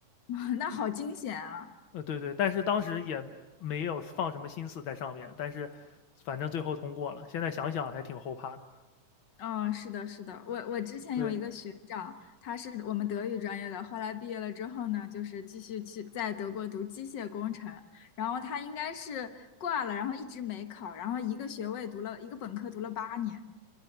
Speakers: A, on the left; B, on the left.
A: <laughs> 那好惊险啊！
B: 呃，对对，但是当时也没有放什么心思在上面，但是反正最后通过了。现在想想还挺后怕的。
A: 嗯，是的，是的，我我之前有一个学长，
B: 对，
A: 他是我们德语专业的，后来毕业了之后呢，就是继续去在德国读机械工程，然后他应该是挂了，然后一直没考，然后一个学位读了一个本科读了八年。